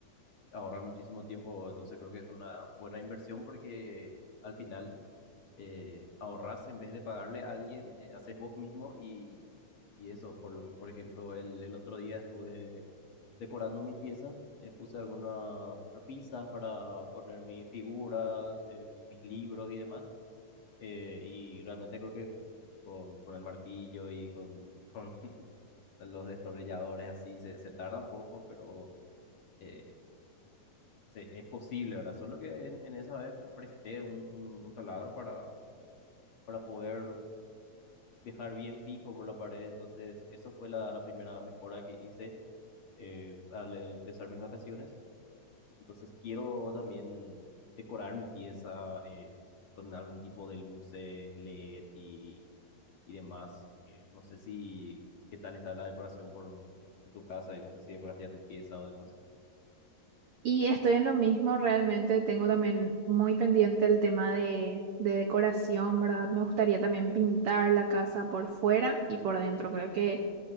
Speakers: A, on the left; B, on the right.
A: ahorrar muchísimo tiempo. Entonces creo que es una buena inversión porque al final eh, ahorras en vez de pagarle a alguien, eh, haces vos mismo y, y eso. Por, lo- por ejemplo, el, el otro día estuve decorando mi pieza, eh, puse algunas repisas para poner mis figuras, eh, mi- mis libros y demás. eh, y realmente creo que con, con el martillo y con, con <laughs> los destornilladores así se, se tarda un poco, pero... eh, se- es posible, ¿verdad? Solo que en, en esa vez pre- presté un, un, un taladro para, para poder dejar bien fijo por la pared. Entonces, eso fue la, la primera mejora que hice eh, al, al empezar mis vacaciones. Entonces, quiero también decorar mi pieza eh, con algún tipo de luces, LED y, y demás. Eh, no sé si qué tal está la decoración por, por tu casa y no sé si decoraste ya tu pieza o demás.
B: Y estoy en lo mismo, realmente tengo también muy pendiente el tema de, de decoración, ¿verdad? Me gustaría también pintar la casa por fuera y por dentro. Creo que